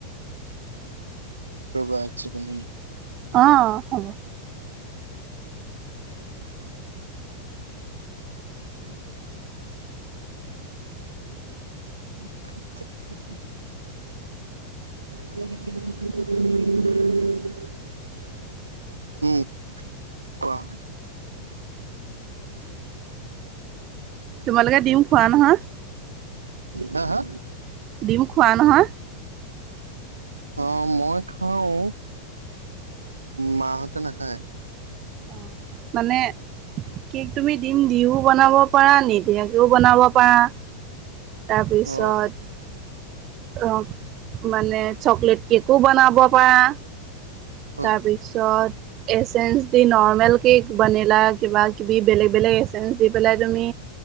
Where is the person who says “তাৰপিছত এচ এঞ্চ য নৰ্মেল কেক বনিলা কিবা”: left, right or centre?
Right